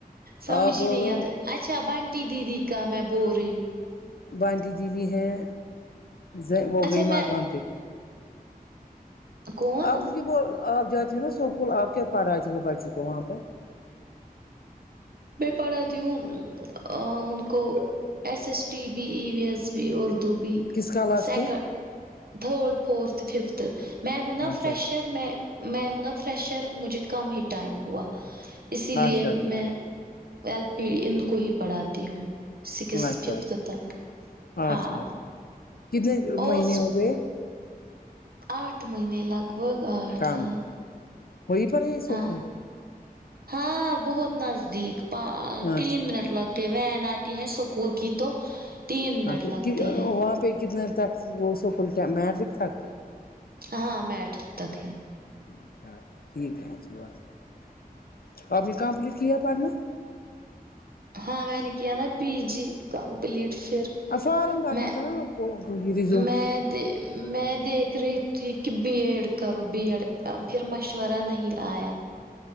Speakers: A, on the right; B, on the left.
A: سمجھ
B: آپ بولو
A: ہی نہیں آتا اچھا بنٹی دیدی کا میں بول رہی ہوں
B: بنٹی دیدی ہیں ز وہ
A: اچھا
B: گئی
A: میں
B: مکان پہ
A: کون
B: آپ مجھے وہ آپ جاتی ہو نا اسکول آپ کیا پڑھاتی ہو بچوں کو وہاں پر
A: میں پڑھاتی ہوں ا ان کو S S T B E V S بھی اردو بھی
B: کس کلاس
A: سکن
B: کے
A: تھرڈ فورتھ ففتھ میں ہوں نہ
B: اچھا
A: فریشر میں میں ہوں نا فریشر مجھے کم ہی ٹائم ہوا اسی لیے
B: اچھا
A: میں ایل پی ان کو ہی پڑھاتی ہوں سکس
B: اچھا اچھا
A: ففتھ تک
B: اچھا
A: ہاں
B: اچھا کتنے
A: اور
B: مہینے ہو گئے
A: آٹھ مہینے لگ بھگ آٹھ
B: کام
A: ہاں
B: وہی پر ہے سکول
A: ہاں ہاں بہت نزدیک ا ں
B: اچھا
A: تین منٹ لگ کے وین آتی ہے اسکول کی تو تین منٹ
B: ہاں
A: لگتے ہیں
B: وہاں پہ کتنے تک وہ اسکول میٹرک تک
A: ہاں میٹرک تک ہے
B: اچھا ٹھیک ہے اچھی بات ہے آپ نے کمپلیٹ کیا پڑھنا
A: ہاں میں نے کیا نا پی جی کمپلیٹ پھر
B: ا پڑتا
A: میں
B: تھا ںا <unintelligible>
A: میں دے میں دیکھ رہی تھی کہ بی ایڈ کرو بی ایڈ پھر مشورہ نہیں آیا